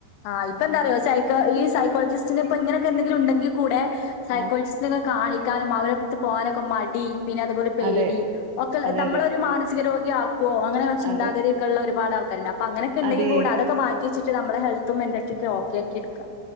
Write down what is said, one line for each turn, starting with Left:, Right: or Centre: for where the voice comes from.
Left: ആഹ്പ്പപ്പോ എന്താറയോ സൈക്ക ഈ സൈക്കോളജിസ്റ്റി ഇപ്പൊ ഇങ്ങനെൊെ എന്തെങ്കിലും ഉണ്ടെങ്കിൽൂടെ സൈക്കോളജിസ്റ്റിനൊെ
Right: ആ
Left: കാണിക്കാനും അവരപ്പടുത്ത് പോകാനൊക്കെ മടി പിന്നെ അതുപോലെ പേടി
Right: അതെ
Left: ഒക്കെ
Right: അതെ
Left: നമ്മളൊ
Right: അതെ
Left: ഒരു മാനസിക രോഗിയ ആക്കുവോ അങ്ങനെ ചിന്താഗതി
Right: അതെ
Left: ള്ള ഒരുാ ആൾക്കരുണ്ട് അങ്ങനൊെണ്ടെിൽ
Right: അതെ
Left: കൂ അതൊക്കെറ്റ വെി് നമ്മെ ഹെത്തും മെന്റലത്തും ഒെ ഓക്ക ആക്കി എക്കാം